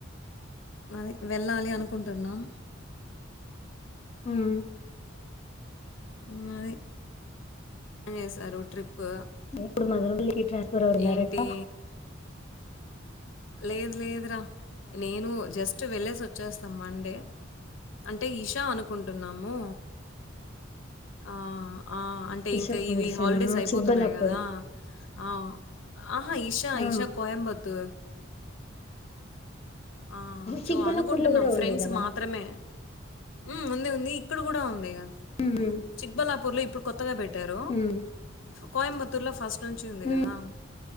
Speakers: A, on the left (about 75°); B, on the left (about 30°).
A: అది వెళ్ళాలి అనుకుంటున్నాం
B: ఉమ్
A: హమ్ అది ఏం వేసారు ట్రిప్
B: ఇప్పుడు మనోళ్ళకి ట్రాన్స్ఫర్ ఎవరున్నారు
A: ఏంటి
B: అక్క
A: లేదు లేదురా నేను జస్ట్ వెళ్ళేసి వచ్చేస్తా మండే అంటే ఇషా అనుకుంటున్నాము ఆ ఆ అంటే
B: ఇషా
A: ఇంక
B: ఫౌండేషన్
A: ఇవి హాలిడేస్
B: ఆ
A: అయిపోతున్నాయి
B: చిక్బల్లాపూర్
A: గదా ఆ ఆహా ఈషా
B: ఆ
A: ఈషా కోయంబత్తూ ఆ సో
B: చిక్బల్లాపూర్
A: అనుకుంటున్నాం
B: లో కూడా
A: ఫ్రెండ్స్
B: ఉంది కదా
A: మాత్రమే ఉమ్ ఉంది ఉంది ఇక్కడ గూడా ఉందిగా
B: ఉమ్
A: చిక్బల్లాపూర్లో ఇప్పుడు కొత్తగా పెట్టారు
B: ఉమ్
A: కోయంబత్తూర్లో ఫస్ట్ నుంచి ఉంది
B: ఉమ్
A: గదా